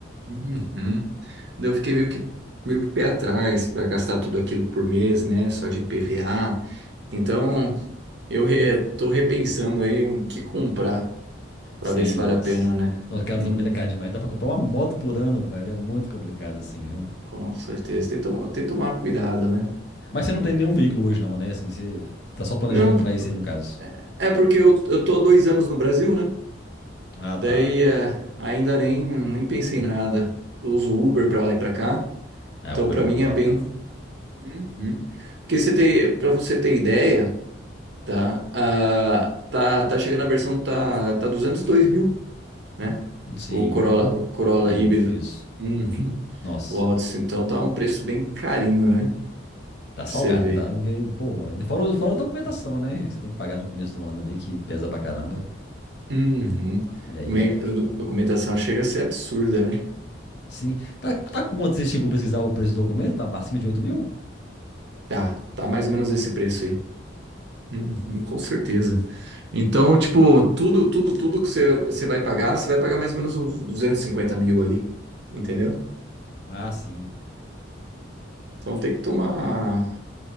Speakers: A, on the right; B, on the left.
A: uhum. Daí Eu fiquei meio que, meio que pé atrás para gastar tudo aquilo por mês, né? Só de IPVA. Então, eu re, tô repensando aí o que comprar para
B: Sim,
A: ver se vale
B: nossa.
A: a pena, né?
B: Nossa, cara,
A: Hum,
B: o documento é caro demais. Dá pra comprar uma moto por ano, velho. É muito complicado, assim, viu?
A: com certeza. Tem que tomar, tem que tomar cuidado, né?
B: Mas você não tem nenhum veículo hoje, não, né? Assim, você tá só planejando
A: Não,
B: comprar isso aí, no caso.
A: é é porque eu, eu tô há dois anos no Brasil, né?
B: Ah,
A: Daí
B: tá.
A: eh, ainda nem, nem pensei em nada. Eu uso Uber para lá e para cá.
B: É,
A: Então
B: Uber
A: para
B: é bom,
A: mim é
B: bacana.
A: bem. Uhum. Porque você tem, para você ter ideia, tá? Ah, tá, tá chegando a versão tá tá duzentos e dois mil, né?
B: Sim,
A: O Corolla,
B: nó.
A: o Corolla
B: O novo
A: híbrido.
B: fiz.
A: Uhum.
B: Nossa,
A: O Altis, então tá um preço bem carinho, né?
B: tá salgado,
A: Pra você ver.
B: não tá? Porque, pô, ainda fora, o- fora a documentação, né? Que você tem que pagar no começo do ano ali, que pesa pra caramba.
A: Uhum.
B: E aí
A: Me-
B: é foda.
A: Documentação chega a ser absurda, né?
B: Sim. Tá, tá quanto? Você chegou a pesquisar o preço do documento? Tá acima de oito mil?
A: Tá, tá mais ou menos esse preço aí. Uhum, com certeza. Então, tipo, tudo, tudo, tudo que você, você vai pagar, você vai pagar mais ou menos uns duzentos e cinquenta mil ali, entendeu?
B: Ah, sim.
A: Então tem que tomar.